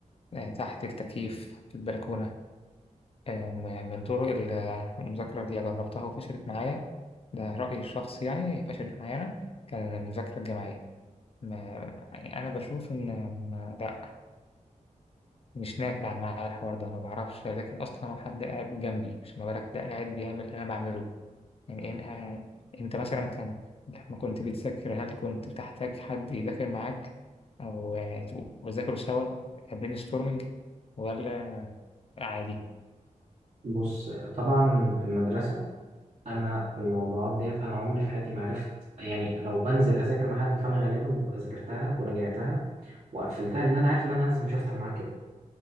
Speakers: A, on the left (about 45°); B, on the right (about 45°).
A: آه، تحت التكييف في البلكونة آه، م- من طرق ال- آه، المذاكرة اللي جربتها وفشلت معايا ده رأيي الشخصي يعني فشلت معايا أنا كان المذاكرة الجامعية ما يعني أنا بشوف إن ما- لأ مش نافع معايا الحوار ده ما بعرفش اذاكر اصلا وحد قاعد جنبي مش ما بالك ده قاعد بيعمل اللي انا بعمله يعني إيه انا يعني انت مثلا كان لما كنت بتذاكر هل كنت بتحتاج حد يذاكر معاك او آه، تبقوا بتذاكروا سوا كبرين ستورمنج ولا عادي
B: بص طبعا في المدرسة أنا في الموضوعات ديت أنا عمري في حياتي ما عرفت يعني لو بنزل أذاكر مع حد فأنا غالبا ببقى ذاكرتها وراجعتها وقفلتها لأن أنا عارف إن أنا هنزل مش هفتح معاه كده